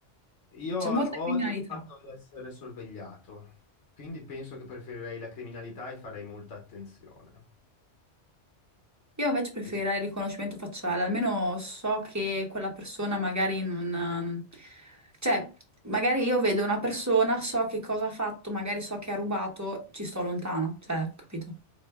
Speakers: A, on the left; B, on the right.
A: Io
B: c'è
A: odio
B: molta criminalità.
A: il fatto di essere sorvegliato, quindi penso che preferirei la criminalità e farei molta attenzione.
B: Io invece preferirei
A: Che c'è-
B: il riconoscimento facciale, almeno so che quella persona magari non... Cioè, magari io vedo una persona, so che cosa ha fatto, magari so che ha rubato, ci sto lontano, cioè, capito?